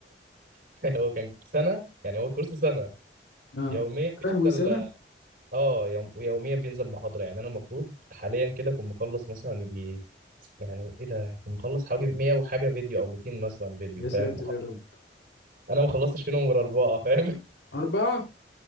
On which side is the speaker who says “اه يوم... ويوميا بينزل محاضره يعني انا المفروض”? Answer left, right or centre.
Right